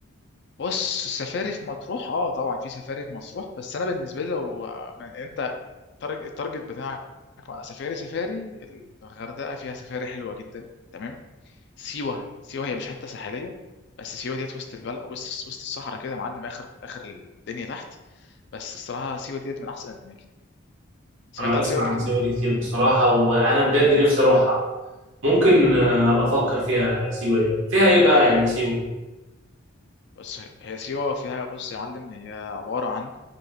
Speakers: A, on the left; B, on the right.
A: بص السفاري في مطروح اه طبعا في سفاري في مطروح بس انا بالنسبه لي لو انت التارج- التارجت بتاعك بقى سفاري سفاري الغردقه فيها سفاري حلوه جدا تمام سيوه سيوه هي مش حته ساحليه بس سيوه ديت وسط البلد وسط وسط الصحراء كده يا معلم اخر اخر الدنيا تحت بس الصراحه سيوه ديت من احسن الاماكن سمعت
B: انا
A: عن
B: بسمع
A: سيوه قبل
B: عن
A: كده
B: سيوة دي كتير بصراحة وانا بجد نفسي اروحها ممكن آه، ابقى افكر فيها سيوة دي فيها ايه بقى يعني سيوة
A: بس هي سيوه فيها بص يا معلم هي عباره عن